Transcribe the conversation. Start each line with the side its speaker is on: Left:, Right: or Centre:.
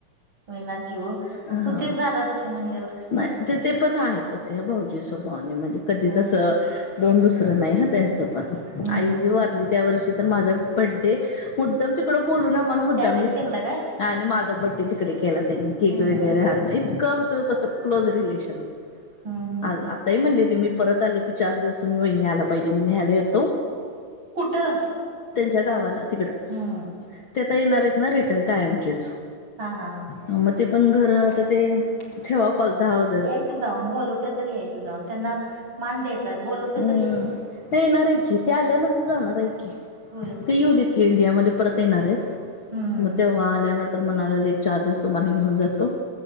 Right: येणार की हो
Left: हा
Right: होतेच दादा तसे म्हणल्यावर
Left: नाही ते ते पण आहेतसच भाऊजी स्वभावाने म्हणजे कधीचसं
Right: हम्म
Left: अ कोन दुसरं नाही ह त्यांचं पण
Right: हम्म
Left: आई
Right: हम्म
Left: व त्या वर्षी तर माझा बड्डे मुद्दाम तिकड बोलून आम्हाला मुद्दाम
Right: त्यानेच
Left: घेतलं.
Right: केलता काय
Left: आणि माझा बड्डे तिकडं केला त्यांनी केक
Right: हम्म
Left: वगैरे
Right: हम्म
Left: आणू इथ आमच कसं क्लोज रिलेशन
Right: हम्म हम्म
Left: आहे
Right: हम्म
Left: ताई म्हणली त मी परत आलो की चार दिवस तुम्ही वहिणी आला पाहिजे मी नेहायला येतो.
Right: कुठं?
Left: त्यांच्या गावाला तिकड
Right: हम्म हम्म
Left: ते आता येणार आहेत ना रिटर्न कायमचेच.
Right: हा हा हा
Left: मग ते पण घर आता ते ठेवा. पल दहा <unintelligible>
Right: यायचं जाऊन बोलावतात तर यायचं जाऊन त्यांना मान द्यायचं बोलावतात.
Left: हं नाही येणार आहे की ते आल्यानंतर जाणार आहे की
Right: होय
Left: ते येऊ देत की इंडियामध्ये परत येणार आहेत
Right: हम्म
Left: मग तेव्हा आल्यानंतर म्हणाले चार दिवस तुम्हाला घेऊन जातो.